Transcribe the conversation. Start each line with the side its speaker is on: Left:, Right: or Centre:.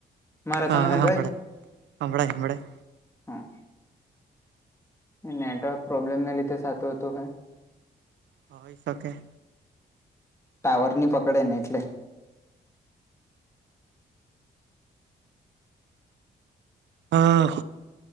Left: મારો
Right: હા
Left: તને
Right: હવે
Left: સંભળાય
Right: સંભળાય સંભળાય
Left: હા નેટવર્ક પ્રોબ્લેમ ના લીધે સાતું હતું.
Right: હોય શકે.
Left: ટાવર ની પકડે ને એટલે.
Right: હા.